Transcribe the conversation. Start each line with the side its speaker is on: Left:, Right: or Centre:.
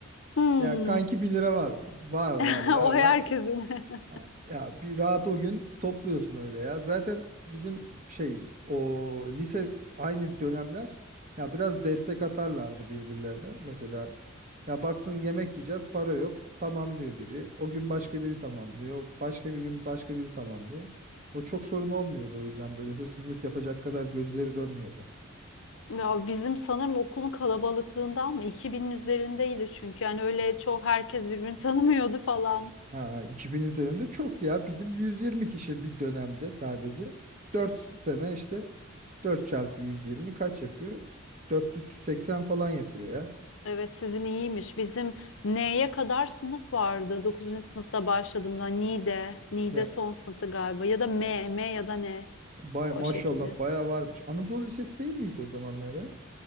Left: Hmm.
Right: Ya kanki 1 lira var mı? Var var
Left: <laughs>
Right: var
Left: O
Right: var.
Left: herkesin. <laughs>
Right: Ha, Ya bir rahat o gün topluyorsun öyle ya. Zaten bizim şey o lise aynı dönemler ya biraz destek atarlardı birbirlerine. Mesela ya baktın yemek yiyeceğiz para yok tamamlıyor biri. O gün başka biri tamamlıyor. Başka bir gün başka biri tamamlıyor. O çok sorun olmuyordu o yüzden böyle hırsızlık yapacak kadar gözleri dönmüyordu.
Left: Ya bizim sanırım okulun kalabalıklığından mı? 2000'in üzerindeydi çünkü. Yani öyle çok herkes birbirini tanımıyordu falan.
Right: Ha, 2000 üzerinde çok ya. Bizim 120 kişi bir dönemde sadece. 4 sene işte 4 çarpı 120 kaç yapıyor? 480 falan yapıyor ya.
Left: Evet sizin iyiymiş. Bizim N'ye kadar sınıf vardı. dokuzuncu sınıfta başladığımda Ni'de, Ni'de
Right: Ya
Left: son sınıfta galiba ya da M, M ya da N
Right: bay,
Left: o
Right: maşallah
Left: şekilde.
Right: bayağı varmış. Anadolu Lisesi değil miydi o zamanlar ya?